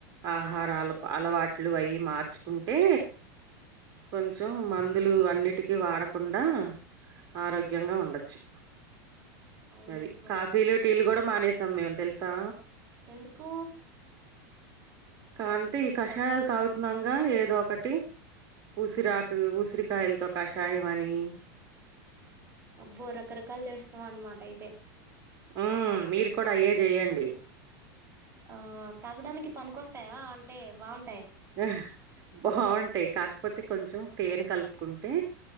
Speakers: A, on the right; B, on the right.
A: ఆహారాలు అలవాట్లు అయి మార్చుకుంటే కొంచెం మందులు అన్నిటికీ వాడకుండా ఆరోగ్యంగా ఉండొచ్చు.
B: అవును
A: అది
B: నిజమే
A: కాఫీలు, టీలు కూడా మానేసాం మేం తెలుసా.
B: ఎందుకు?
A: కాంటే ఈ కషాయాలు తాగుతున్నాంగా ఏదో ఒకటి. ఉసిరాకు ఉసిరికాయలతో కషాయం అనీ
B: అబ్బో రకరకాలు చేస్తున్నావు అన్నమాట అయితే.
A: ఉ మీరు కూడా అయ్యే చెయ్యండి.
B: ఆ తగాడానికి పనికికొస్తాయా అంటే బావుం
A: హ బావుంటయి కాకపోతే కొంచెం తేనె కలుపుకుంటే